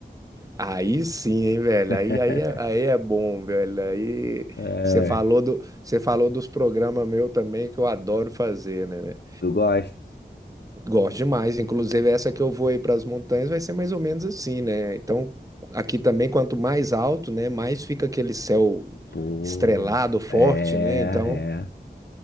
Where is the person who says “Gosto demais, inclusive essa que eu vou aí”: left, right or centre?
Right